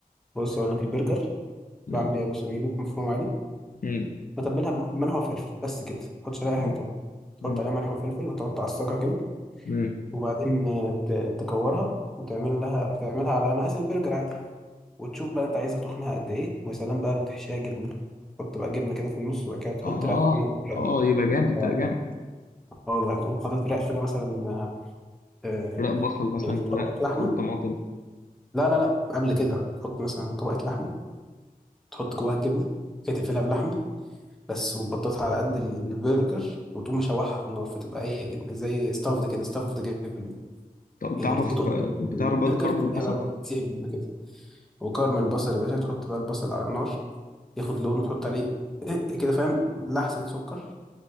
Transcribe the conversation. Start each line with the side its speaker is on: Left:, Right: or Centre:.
Centre: بص اقول لك البرجر
Left: مم،
Centre: بعمل ايه يا باشا بجيب لك مفروم عادي
Left: مم،
Centre: بتبلها بملح وفلفل بس كده ما احطش عليها
Left: مم،
Centre: اي حاجه تانيه تحط
Left: مم،
Centre: عليها ملح وفلفل وتقعد تعصجها كده
Left: مم.
Centre: وبعدين آه، ت- تكورها وتعمل لها وتعملها على مقاس البرجر عادي وتشوف بقى انت عايزه تخنها قد ايه ويا سلام بقى لو تحشيها جبنه تحط بقى جبنه كده في النص وبعد كده تحط
Left: آه
Centre: رق رق.
Left: آه يبقى جامد ده
Centre: اه
Left: جامد
Centre: آه والله تقوم حاطط رق كده مثلا آه، آه،
Left: رق بصل مثلا
Centre: يعني
Left: ورق
Centre: طبقه لحمه
Left: طماطم
Centre: لا لا لا قبل كده تحط مثلا طبقه لحمه تحط جواها الجبنه كده تقفلها بلحمه بس وتبططها على قد البرجر وتقوم مشوحها على النار فتبقى ايه زي ستافد كده ستافد جبنه
Left: طب
Centre: هي
Left: تعرف
Centre: لما تيجي تقطم من
Left: بتعرف
Centre: البرجر
Left: بقى تكرمل
Centre: تلاقيها
Left: البصل؟
Centre: بقى بتسيح جبنه كده وكرم البصل يا باشا تحط بقى البصل على النار ياخد لون تحط عليه إيه كده فاهم لحسة سكر